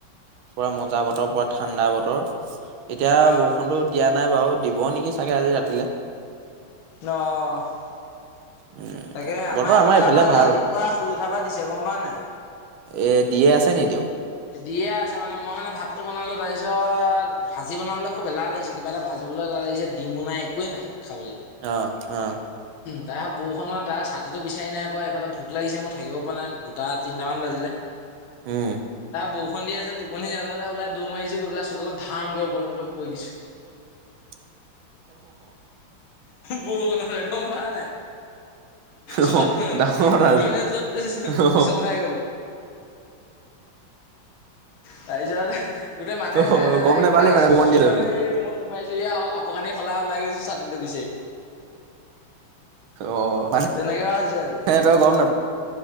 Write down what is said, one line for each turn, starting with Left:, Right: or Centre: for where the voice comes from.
Right: পুৰা মজা বতৰ পুৰা ঠাণ্ডা বতৰ এতিয়া
Left: ন
Right: বৰষুণতো দিয়া নাই বাৰু দিব নেকি চাগে আজি ৰাতিলে।
Left: অহ। তাকে
Right: উম
Left: আমাৰ
Right: বতৰ
Left: এইফালে আকৌ আজি
Right: ভাল
Left: ৰাতিপুৱা শুই উঠাবা দিছে গম পাৱ নাই?
Right: এ দিয়ে আছে নি এতিয়াও?
Left: দিয়ে আছে মানে মই মানে ভাতটো বনালো তাৰ পিছত ভাজি বনাবলৈ খুব এলাহ লাগিছে কিবা এটা ভাজিবলৈ এলাহ লাগিছে ডিমো নাই একোৱে নাই খাবলৈ।
Right: অহ, অ'।
Left: তাই বৰষণত তাৰ ছাতিটো বিচাৰি নাই পোৱা এইফালে ভোক লাগিছে মই থাকিব পৰা নাই দুটা তিনিটামান বাজিলে।
Right: উম।
Left: বৌষন দি আছে টোপনি জলতে ওলাই দৌ মাৰিছো গৈ পেলাই ধামকে অলম্ব কৰি পৰি দিছো
Right: চ
Left: পক ন ৰখম প নে
Right: অ
Left: চোতা ন
Right: ডাঙৰ
Left: নো
Right: ৰাজ
Left: ইমানেই যত
Right: অ
Left: পিছল খাই গলো তাৰিছত গোটেই মানুহে
Right: অ
Left: চাই যে
Right: গম
Left: একেবাৰে
Right: নাপালি মানে
Left: চুচৰি
Right: বৰষুণ দি আছে বুলি
Left: এই ৰুমত সোমাইছোঁহ আৰু কাপোৰ কানি সলাই ওলাই গৈছোঁ ছাতিটো বিচাৰি
Right: অ মান
Left: তেনেকুৱা হৈছে আজি
Right: সিহতৰ গৰম নাপ